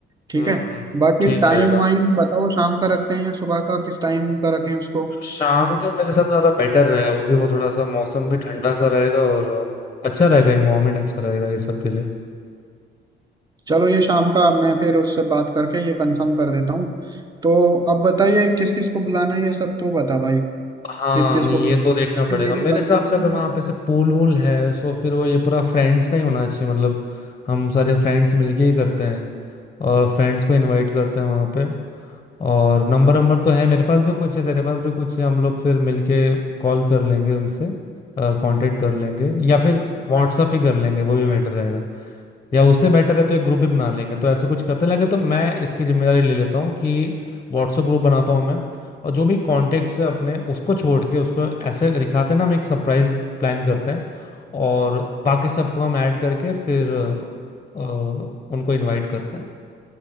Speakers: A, on the right; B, on the left.
A: ठीक
B: हम्म,
A: है बाकी
B: ठीक रहेगा
A: टाइम वाइम बताओ शाम का रखते हैं या सुबह का किस टाइम का रखें उसको
B: शाम का मेरे हिसाब से ज़्यादा बेटर रहेगा क्योंकि वो थोड़ा सा मौसम भी ठंडा सा रहेगा और अ, अच्छा रहेगा इन्वायरमेंट अच्छा रहेगा ये सब के लिए
A: चलो ये शाम का मैं फिर उससे बात करके ये कंफर्म कर देता हूँ तो अब बताइए किस किस को बुलाना है ये सब तो बता भाई
B: हाँ
A: किस किस
B: नहीं
A: को बुला-
B: ये तो
A: कि
B: देखना पड़ेगा
A: मेरी
B: मेरे
A: बनती
B: हिसाब से
A: नहीं
B: अगर
A: बात
B: वहां पे से पूल वूल है सो फिर वो ये पूरा फ्रेंड्स का ही होना चाहिए मतलब हम सारे फ्रेंड्स मिलके ही करते हैं और फ्रेंड्स को इनवाइट करते हैं वहां पे और नंबर नंबर तो है मेरे पास भी कुछ है तेरे पास भी कुछ है हम लोग फिर मिलके कॉल कर लेंगे उनसे कांटेक्ट कर लेंगे या फिर व्हाट्सअप ही कर लेंगे वो भी बेटर रहेगा या उससे बेटर है तो एक ग्रुप ही बना लेंगे तो ऐसा कुछ करते लगे तो मैं इसकी जिम्मेदारी ले लेता हूँ कि व्हाट्सएप ग्रुप बनाता हूँ मैं और जो भी कॉन्टेक्ट्स है अपने उसको छोड़ के उसको ऐसे दिखाते हैं ना हम एक सरप्राइज प्लान करते हैं और बाकी सबको हम ऐड करके फिर अ, उनको इनवाइट करते हैं